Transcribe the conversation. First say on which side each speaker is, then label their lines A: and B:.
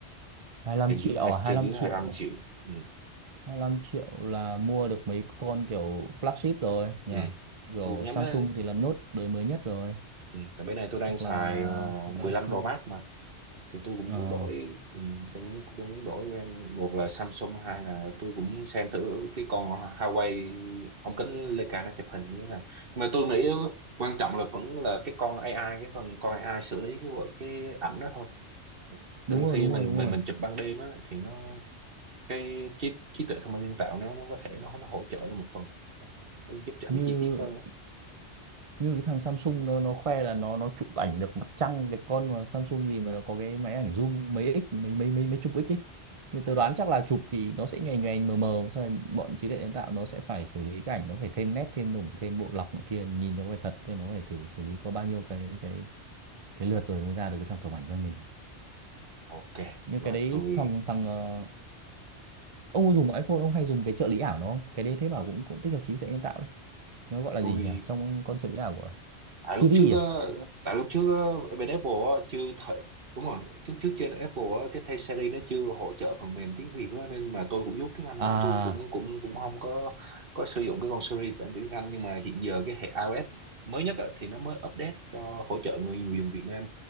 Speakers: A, on the right; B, on the right.
A: hai lăm
B: trên
A: triệu
B: dưới hai
A: à
B: trên
A: hai lăm
B: dưới 25
A: triệu
B: triệu ừ.
A: hai mươi lăm triệu là mua được mấy con kiểu flagship rồi nhỉ
B: Ừ.
A: kiểu
B: tôi cũng nhắm
A: Samsung
B: đó
A: thì là Note đời mới nhất rồi
B: ừ. tại bên này tôi đang
A: hoặc
B: xài
A: là
B: ờ,
A: Galaxy
B: 15 Pro Max mà thì tôi cũng
A: Ờ,
B: muốn đổi ừ, tôi muốn tôi muốn đổi brand một là Samsung hai là tôi cũng xem thử cái con Huawei ống kính Leica nó chụp hình như thế nào nhưng mà tôi nghĩ quan trọng là vẫn là cái con AI cái phần con AI xử lý cái cái ảnh đó thôi
A: đúng
B: tại đôi
A: rồi
B: khi
A: đúng
B: mình
A: rồi đúng
B: mình
A: rồi
B: mình chụp ban đêm á thì nó cái trí trí tuệ thông minh nhân tạo nó nó có thể nó nó hỗ trợ lên một phần Ờ, nó giúp cho ảnh
A: như
B: chi tiết hơn á.
A: như cái thằng Samsung nó nó khoe là nó nó chụp ảnh được mặt trăng cái con mà Samsung gì mà nó có cái máy ảnh zoom mấy x mấy mấy mấy mấy chục x ấy như tớ đoán chắc là chụp thì nó sẽ nhòe nhòe mờ mờ xong rồi bọn trí tuệ nhân tạo nó sẽ phải xử lý cái ảnh nó phải thêm nét thêm đủng thêm bộ lọc này kia nhìn nó phải thật chứ nó phải thử xử lý qua bao nhiêu cái cái cái lượt rồi mới ra được cái sản phẩm ảnh cho mình
B: ok
A: nhưng
B: rồi
A: cái đấy
B: tôi
A: thằng thằng ờ, ông có dùng iPhone ông hay dùng cái trợ lý ảo nó không? cái đấy thế bảo cũng cũng tích hợp trí tuệ nhân tạo đấy nó gọi là
B: tôi
A: gì nhỉ trong con trợ lý ảo của
B: tại
A: Siri
B: lúc trước á
A: à đúng không
B: tại lúc trước á, bên Apple á, chưa thể đúng rồi lúc trước trên Apple á, cái thay Siri nó chưa hỗ trợ phần mềm tiếng Việt á, nên mà tôi cũng dốt tiếng Anh
A: à
B: lắm tôi cũng cũng cũng không có có sử dụng cái con Siri bản tiếng Anh nhưng mà hiện giờ cái hệ iOS mới nhất á, thì nó mới update cho hỗ trợ người người dùng Việt Nam